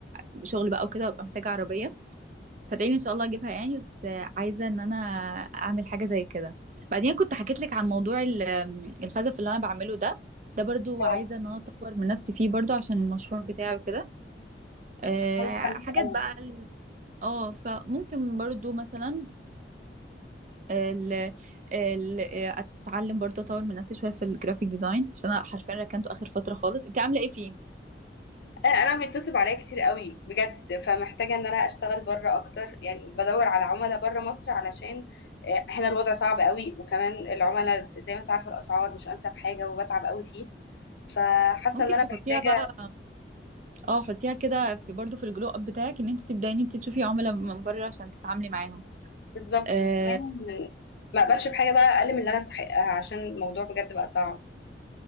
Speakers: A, on the right; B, on the left.
A: وشغل بقى وكده وأبقى محتاجه عربيه صدقيني ان شاء الله اجيبها يعني بس عايزه ان انا اعمل حاجه زي كده بعدين كنت حكيت لك عن موضوع ال- الخزف اللي انا بعمله ده ده برضو
B: واو
A: عايزه ان انا اطور من نفسي فيه برضو عشان المشروع بتاعي وكده آه،
B: أنا متحمسه
A: حاجات
B: قوي
A: بقى ال- اه فممكن برضو مثلا ال ال اتعلم برضو اطور من نفسي شويه في الجرافيك ديزاين عشان انا حرفيا ركنته اخر فتره خالص انت عامله ايه فيه
B: انا أنا بيتصل عليا كتير قوي بجد فمحتاجه ان انا اشتغل بره اكتر يعني بدور على عملاء بره مصر علشان آه، هنا الوضع صعب قوي وكمان العملاء زي ما انت عارفه الاسعار مش انسب حاجه وبتعب قوي فيه فحاسه
A: ممكن
B: ان انا
A: تحطيها
B: محتاجه
A: بقى اه حطيها كده في برضو في الجلو اب بتاعك ان انت تبداي ان انت تشوفي عملاء من بره عشان تتعاملي معاهم
B: بالظبط
A: آه،
B: وكمان ما اقبلش بحاجه بقى اقل من اللي انا استحقها عشان الموضوع بجد بقى صعب